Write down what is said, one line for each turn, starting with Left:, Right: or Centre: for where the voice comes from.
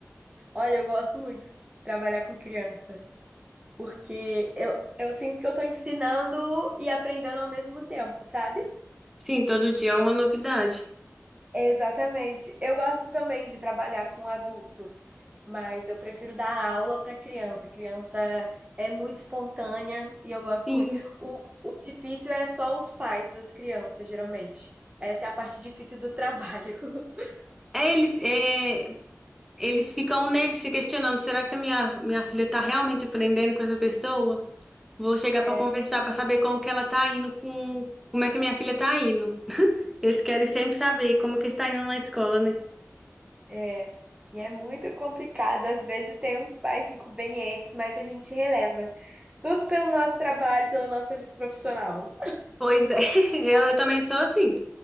Right: Olha, eu gosto muito de trabalhar com criança. Porque eu, eu sinto que eu tô ensinando e aprendendo ao mesmo tempo, sabe?
Centre: Sim, todo dia é uma novidade.
Right: Exatamente. Eu gosto também de trabalhar com adulto, mas eu prefiro dar aula para criança. Criança é muito espontânea e eu gosto
Centre: Sim.
Right: muito. O, o difícil é só os pais das crianças, geralmente. Essa é a parte difícil do trabalho. <laughs>
Centre: É, eles, é, eles ficam, né, se questionando: será que a minha, minha filha tá realmente aprendendo com essa pessoa? Vou chegar
Right: É,
Centre: pra conversar pra saber como que ela tá indo com. Como é que minha filha tá indo? <laughs> Eles querem sempre saber como que está indo na escola, né?
Right: é. E é muito complicado. Às vezes tem uns pais inconvenientes, mas a gente releva. Tudo pelo nosso trabalho, pela nossa vida profissional.
Centre: Pois é, <laughs> eu também sou assim.